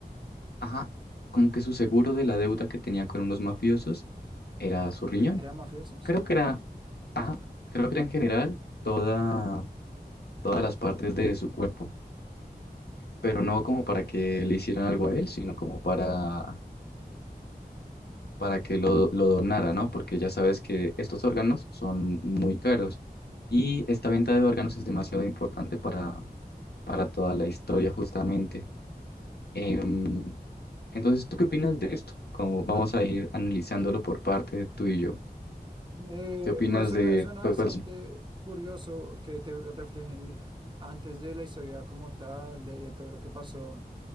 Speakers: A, on the left; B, on the right.
A: ajá, como que su seguro de la deuda que tenía con unos mafiosos era su riñón.
B: ¿Eran mafiosos?
A: Creo que era, ajá, creo que era en general toda, todas las partes de su cuerpo, pero no como para que le hicieran algo a él, sino como para, para que lo, lo donara, ¿no? Porque ya sabes que estos órganos son muy caros y esta venta de órganos es demasiado importante para, para toda la historia justamente. Em, entonces, ¿tú qué opinas de esto? Como vamos a ir analizándolo por parte tú y yo.
B: Eh,
A: ¿Qué opinas
B: pues suena,
A: de...
B: suena
A: Pues,
B: bastante
A: pues,
B: curioso que te reflejen antes de la historia como tal, de, de todo lo que pasó